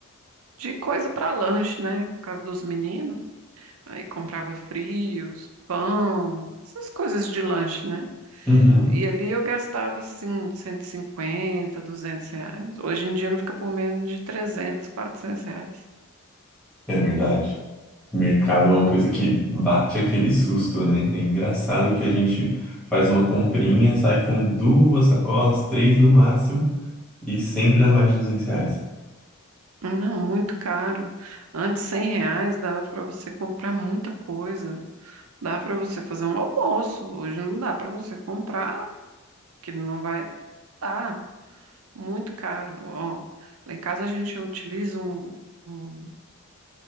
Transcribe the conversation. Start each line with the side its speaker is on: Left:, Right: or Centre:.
Right: de coisa para lanche, né? Por causa dos meninos. Aí comprava frios, pão, essas coisas de lanche, né?
Centre: Uhum,
Right: E ali eu gastava, assim, 150, 200 reais. Hoje em dia não fica por menos de 300, 400 reais.
Centre: é verdade. Mercado é uma
Right: Mu-
Centre: coisa que bate aquele susto, né? É engraçado que a gente faz uma comprinha, sai com duas sacolas, três no máximo, e sempre dá mais de 200 reais.
Right: Não, muito caro. Antes, 100 reais dava para você comprar muita coisa. Dava para você fazer um almoço. Hoje não dá para você comprar, que não vai dar. Muito caro. Ó, lá em casa a gente utiliza um, um